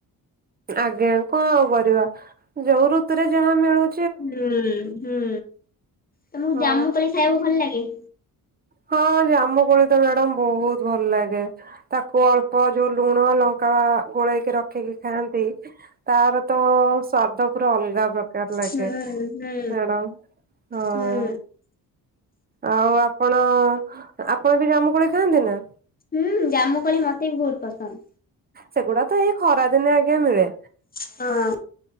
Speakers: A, on the right; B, on the left.
A: ଆଜ୍ଞା। କଣ କରିବା ଯୋଉ ଋତୁରେ ଯାହା ମିଳୁ
B: ହୁଁ ହୁଁ ତମକୁ
A: ହଁ
B: ଜାମୁ କୋଳି ଖାଇବାକୁ ଭଲ ଲାଗେ?
A: ହଁ ଜାମୁ କୋଳି ତ ମ୍ୟାଡାମ ବହୁତ ଭଲ ଲାଗେ ତାକୁ ଅଳ୍ପ ଯୋଉ ଲୁଣ ଲଙ୍କା ଗୋଳେଇକି ରଖିକି ଖାଆନ୍ତି ତାର ତ ସ୍ଵାଦ ପୁରା ଅଲଗା ପ୍ରକାର ପ୍ରକାର ଲାଗେ
B: ହୁଁ ହୁଁ
A: ମ୍ୟାଡାମ ହଁ
B: ହୁଁ।
A: ଆଉ ଆପଣ ଆପଣ ବି ଜାମୁ କୋଳି ଖାଆନ୍ତି ନା
B: ହୁଁ ଜାମୁ କୋଳି ମୋତେ ବି ବହୁତ ପସନ୍ଦ।
A: ସେଗୁଡା ତ ଏଇ ଖରା ଦିନେ ଆଜ୍ଞା ମିଳେ
B: ହଁ